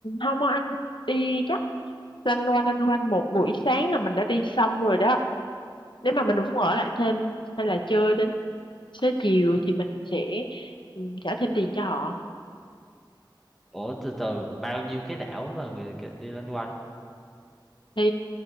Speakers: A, on the left; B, in the centre.
A: không á anh đi chắc lanh quanh lanh quanh một buổi sáng là mình đã đi xong rồi đó nếu mà mình muốn ở lại thêm hay là chơi đến xế chiều thì mình sẽ ừ, trả thêm tiền cho họ
B: Ủa từ từ bao nhiêu cái đảo mà người kì- đi loanh quanh?
A: thì